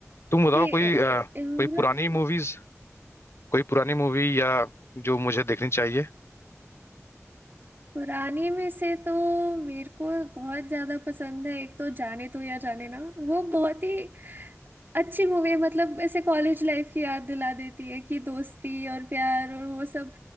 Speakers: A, on the left; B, on the right.
A: तुम बताओ
B: जी
A: कोई
B: इ-
A: अ, <laughs>
B: इमरान
A: कोई पुरानी मूवीज कोई पुरानी मूवी या जो मुझे देखनी चाहिए
B: पुरानी में से तो मेरे को बहुत ज्यादा पसंद है एक तो जाने तो या जाने ना वो बहुत ही अच्छी मूवी है मतलब ऐसे कॉलेज लाइफ की याद दिला देती है कि दोस्ती और प्यार और वो सब